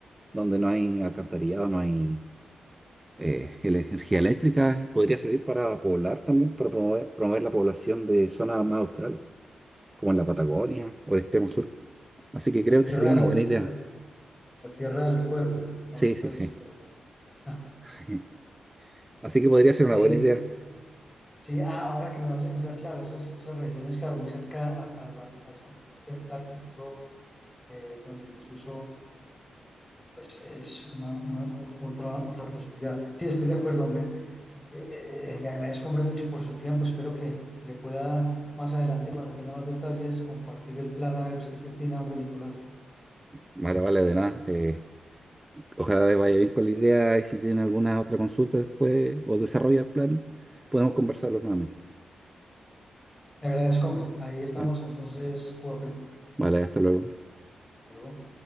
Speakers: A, on the right (about 20°); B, on the left (about 20°).
A: donde no hay alcantarillado, no hay eh, ele- energía eléctrica y podría servir para poblar también, para promover, promover la población de zonas más australes, como en la Patagonia o el extremo sur. Así que creo
B: A tierra
A: que sería
B: al,
A: una buena idea.
B: a, a tierra del fuego, famosa
A: Sí, sí,
B: de
A: sí.
B: ustedes. <laughs>
A: <laughs> Así que podría ser
B: Sí,
A: una buena idea.
B: sí, ah, ahora que me lo hace pensar, claro, esas, esas regiones, claro, muy cerca a- a la- al continente antártico y todo, eh, donde incluso pues es una, una- o- otra, otra posibilidad. Sí, estoy de acuerdo, hombre. Eh, eh, le agradezco, hombre, mucho por su tiempo. Espero que, que le pueda más adelante, cuando tenga más detalles, compartir el plan, a ver usted qué opina, hombre, Nicolás.
A: Vale, vale, de nada. Eh, Ojalá les vaya bien con la idea y si tienen alguna otra consulta después o desarrolla el plan, podemos conversarlo nuevamente.
B: Le agradezco, hombre. Ahí estamos
A: Bueno,
B: entonces, Cuapen.
A: vale, hasta luego.
B: Luego.